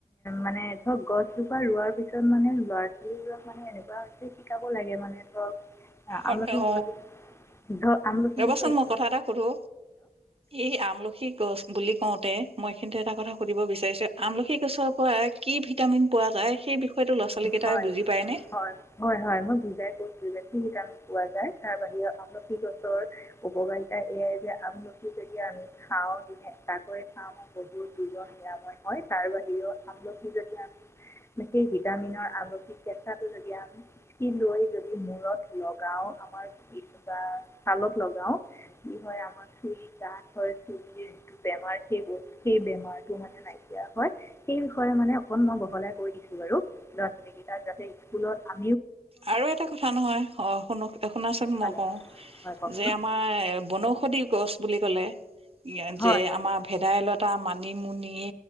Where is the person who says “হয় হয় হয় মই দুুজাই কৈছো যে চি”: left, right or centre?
Left